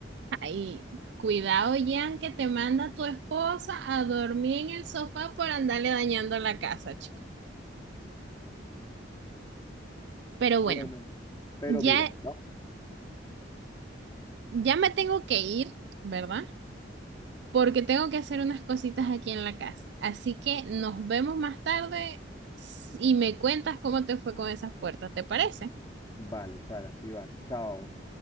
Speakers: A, on the right (about 65°); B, on the left (about 20°).
A: Ay, cuidado, Jan, que te manda tu esposa a dormir en el sofá por andarle dañando la casa, chico. Pero
B: Bueno,
A: bueno,
B: pero
A: ya,
B: mira, ¿no?
A: ya me tengo que ir, ¿verdad? porque tengo que hacer unas cositas aquí en la casa. Así que nos vemos más tarde y me cuentas cómo te fue con esas puertas, ¿te parece?
B: Vale, Sara, sí va. Chao.